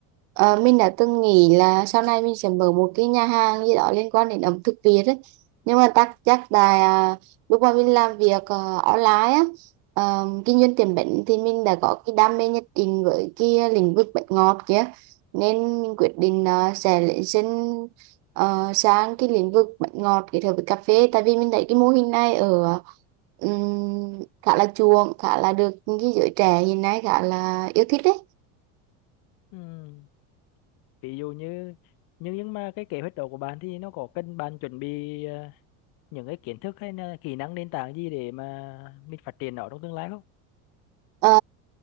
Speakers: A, on the right (about 55°); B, on the left (about 55°).
A: Ờ, mình đã từng nghĩ là sau này mình sẽ mở một cái nhà hàng gì đó liên quan đến ẩm thực Việt ấy. Nhưng mà chắc chắc là à, lúc mà mình làm việc ờ, online á ờ, kinh doanh tiệm bánh thì mình đã có cái đam mê nhất định với cái lĩnh vực bánh ngọt kia nên mình quyết định ờ, sẽ lấy xin ờ, sang cái lĩnh vực bánh ngọt kết hợp với cà phê tại vì mình thấy cái mô hình này ở ừm, khá là chuộng khá là được cái giới trẻ hiện nay khá là yêu thích đấy
B: ừ. ví dụ như nhưng nhưng mà cái kế hoạch đó của bạn thì nó có cần bạn chuẩn bị ờ, những cái kiến thức hay là kỹ năng nền tảng gì để mà mình phát triển nó trong tương lai không?
A: Ờ,